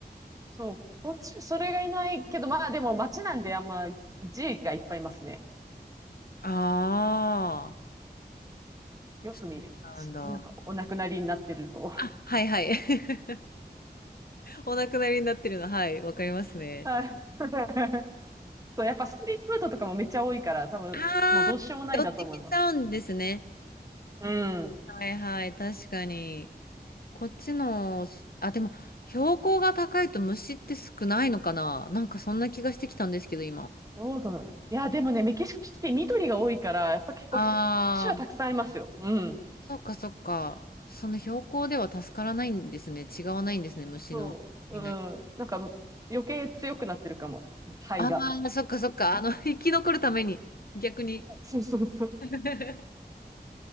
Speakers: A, on the right; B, on the left.
A: そう。こっち、それがいないけど、まあでも街なんであんま G がいっぱいいますね。
B: ああ、
A: よく見る。
B: そうなんだ。
A: しなんかお亡くなりになってると。
B: あ、はいはい。<laughs> お亡くなりになってるの、はい、わかりますね。
A: <laughs> はい。<laughs> そう、やっぱストリートフードとかもめっちゃ多いから、多分もうどうしようもないんだと思います。
B: ああ、寄ってきちゃうんですね。
A: うん。
B: はいはい、確かに。こっちの、あ、でも、標高が高いと虫って少ないのかななんかそんな気がしてきたんですけど、今。
A: どうだろう。いや、でもね、メキシコシティ緑が多いから、やっぱ結構普通、
B: あ
A: 虫はたくさんいますよ。うん。
B: そっかそっか。その標高では助からないんですね。違わないんですね、虫の。
A: そう。
B: いない。
A: うん。なんか、余計強くなってるかも。肺が。
B: ああ、そっかそっか。あの、<laughs> 生き残るために、逆に。
A: そうそうそう。
B: <laughs>